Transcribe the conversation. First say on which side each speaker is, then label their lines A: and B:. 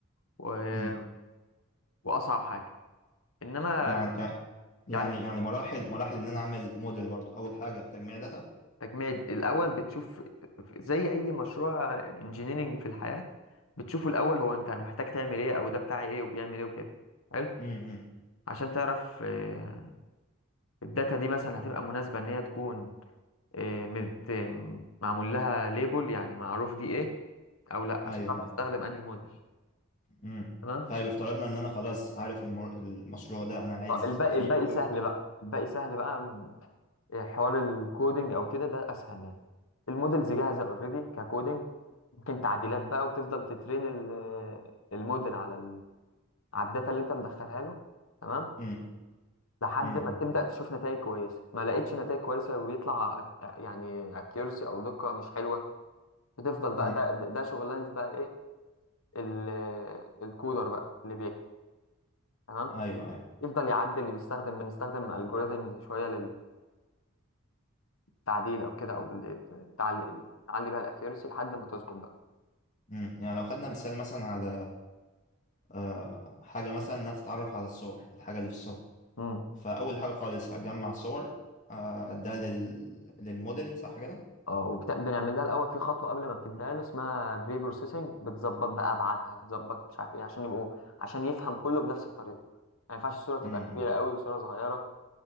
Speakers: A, on the left; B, on the left.
A: و-
B: امم
A: واصعب حاجه انما
B: يعني يعني
A: يعني
B: يعني يعني مراحل مراحل ان انا اعمل موديل برضو اول حاجة تجميع داتا
A: تجميع الاول بتشوف زي اي مشروع انجينيرينج في الحياه بتشوفه الاول هو انت محتاج تعمل ايه او ده بتاع ايه وبيعمل ايه وكده حلو
B: امم
A: عشان تعرف آه، الداتا دي مثلا هتبقى مناسبه ان هي تكون آه، مت- معمول لها ليبل يعني معروف دي ايه او لا
B: ايوه
A: عشان تعرف
B: ايوه
A: تستخدم انهي موديل
B: امم
A: تمام
B: طيب افترضنا ان انا خلاص عارف المر... المشروع ده انا عايز
A: اه يعني. الباقي
B: فيه
A: الباقي
B: ايه
A: سهل
B: وكده
A: بقى الباقي سهل بقى م- إيه، حوار الكودينج او كده ده اسهل يعني المودلز جاهزه اوريدي ككودينج ممكن تعديلات بقى وبتفضل تترين ال- الموديل على ال... على الداتا اللي انت مدخلها له تمام
B: امم
A: لحد
B: امم
A: ما تبدا تشوف نتائج كويسه ما لقيتش نتائج كويسه وبيطلع أك- يعني اكيرسي او دقه مش حلوه بتفضل
B: امم
A: بقى ده ده ده شغلانه بقى الايه ال- الكودر بقى اللي بيكتب تمام
B: ايوه ايوه
A: يفضل يعدل اللي بيستخدم بنستخدم الجوريزمز شويه تعديل او كده او ال- تعلي نعلي بيها الاكيرسي لحد ما تظبط بقى
B: مم. يعني لو خدنا مثال مثلا على آه، حاجة مثلا إنها تتعرف على الصور الحاجة اللي في الصور
A: امم
B: فأول حاجة خالص هجمع صور آه، أديها لل... للموديل صح كده؟
A: اه وبنعمل لها الاول في خطوه قبل ما بتديها له اسمها بري بروسيسنج بتظبط بقى ابعادها بتظبط مش عارف ايه عشان يبقوا عشان يفهم كله بنفس الطريقه ما ينفعش الصوره تبقى
B: امم
A: كبيره قوي وصوره صغيره